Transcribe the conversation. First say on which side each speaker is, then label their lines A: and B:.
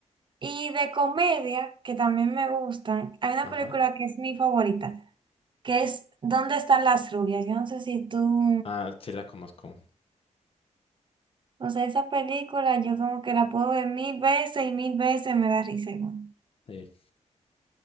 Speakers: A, on the right (about 40°); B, on the left (about 45°).
A: Y de comedia, que también me gustan, hay una
B: Ajá.
A: película que es mi favorita, que es ¿Dónde están las rubias? Yo no sé si tú...
B: Ah, sí la conozco.
A: O sea, esa película yo como que la puedo ver mil veces y mil veces me da risa igual.
B: Sí.